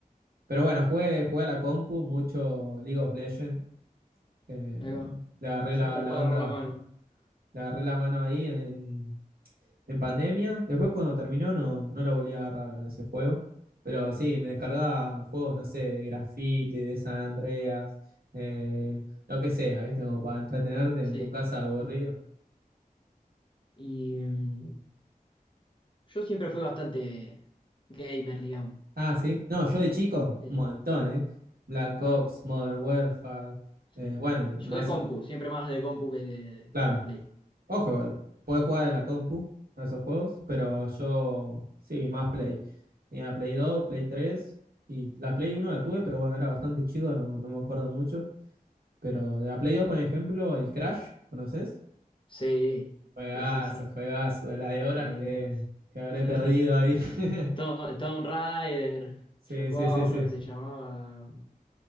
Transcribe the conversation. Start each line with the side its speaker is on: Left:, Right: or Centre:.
Right: pero bueno, jugué, jugué a la compu, mucho League of Legends. eh,
Left: ahí va.
Right: le agarré
Left: Yo
Right: la,
Left: nunca le
Right: la
Left: puedo
Right: onda,
Left: agarrar la mano.
Right: le agarré la mano ahí en, en pandemia. Después cuando terminó no, no lo volví a agarrar a ese juego. Pero sí, me descargaba
Left: Sí,
Right: juegos, no sé, de Graffiti, de San Andreas, eh, lo que sea, ¿viste? Como para entretenerte
Left: sí.
Right: en tu casa aburrido.
Left: Y mm, yo siempre fui bastante gamer, digamos.
Right: Ah, sí. No, yo de chico,
Left: Sí,
Right: un montón, ¿eh? Black
Left: un montón.
Right: Ops, Modern Warfare, eh,
Left: Sí.
Right: bueno,
Left: Yo
Right: y más,
Left: de compu, siempre más de compu que de,
Right: claro,
Left: que de play.
Right: Ojo, igual, podés jugar en la compu a esos juegos, pero
Left: Sí,
Right: yo sí, más Play. Tenía Play 2, Play 3 y la Play 1 la tuve, pero bueno, era bastante chido, no, no me acuerdo mucho. Pero de la Play 2, por ejemplo, el Crash, ¿conoces?
Left: sí,
Right: Juegazo,
Left: sí, sí. sí.
Right: juegazo, de la de horas
Left: Play
Right: que,
Left: dos,
Right: que habré
Left: <laughs>
Right: perdido ahí. <laughs>
Left: Tom- Tomb Raider.
Right: Sí,
Left: Yo jugaba
Right: sí, sí,
Left: uno
Right: sí.
Left: que se llamaba.